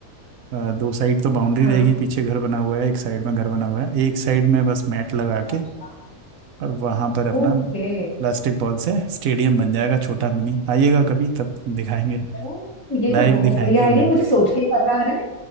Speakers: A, on the right (about 70°); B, on the left (about 15°).
A: अ, दो साइड तो बाउंड्री
B: हाँ
A: रहेगी पीछे घर बना हुआ है एक साइड में घर बना हुआ है एक साइड में बस मैट लगा
B: अच्छा
A: के और वहां पर अपना
B: ओके
A: प्लास्टिक बॉल से स्टेडियम बन जाएगा छोटा मिनी आइएगा कभी तब दिखाएंगे
B: ओ ये
A: लाइव
B: तो बहुत
A: दिखाएंगे
B: बढ़िया आइडिया
A: लाइव
B: मुझे सोच के ही मजा आ रहा है